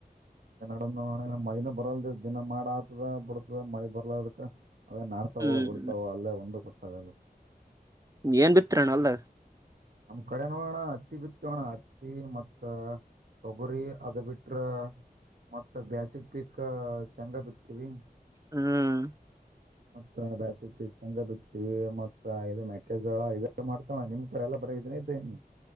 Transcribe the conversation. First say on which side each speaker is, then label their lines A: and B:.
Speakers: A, on the right (about 70°); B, on the right (about 20°).
A: ನಡ ಮಳಿನ ಬರಲ್ದ ದಿನ ಮಾಡ ಆತದ ಬಿಡ್ತದ ಮಳಿ ಬರ್ಲದಕ್ಕ ಅದೇ ನಾಡ್ತಾವೋ
B: ಹ್ಮ್
A: ಬಿಡ್ತಾವೋ ಅಲ್ಲೇ ಒಂದು ಗೊತ್ತತಿಲ್ಲಾ ಪರಲು
B: ಏನ್ ಬಿತ್ರಣ ಅಲ್ಲ
A: ನಮ್ ಕಡೆ ನೋಡೋಣ ಹತ್ತಿ ಬಿತ್ತೆವೆ ಮತ್ತ ತೊಗರಿ ಅದ ಬಿಟ್ರ ಮತ್ತ ಬೇಾಸಿಕ್ ಪೀಕ್ ಶೇಂಗಾ ಬಿರ್ತೀವಿ
B: ಹ್ಮ್
A: ಮತ್ತ ಬ್ಯಾಸಿಗ್ ಪಿತಂಗ ಬಿತ್ತೀವಿ, ಮತ್ತ ಇದು ಮೆಕ್ಕೆ ಜ್ವಾಳ, ಇದೆಲ್ಲ ಮಾಡ್ತಾವ ನಿಮ್ ಕಡೆ ಎಲ್ಲ ಬರ ಇದನ್ನೇದೇನ್